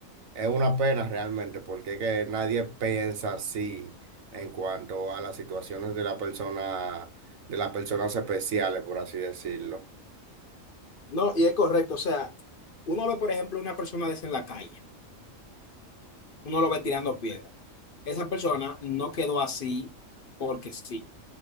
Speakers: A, on the right; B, on the left.
A: es una pena realmente porque es que nadie piensa así en cuanto a las situaciones de la persona, de las personas especiales, por así decirlo.
B: No, y es correcto. O sea, uno ve, por ejemplo, una persona de esa en la calle. uno lo va tirando piedra. Esa persona no quedó así porque sí.